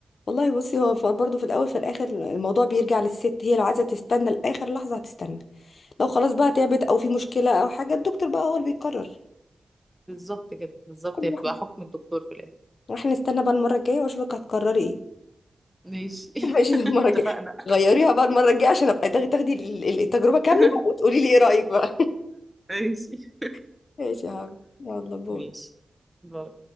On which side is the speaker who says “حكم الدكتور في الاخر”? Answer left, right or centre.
Centre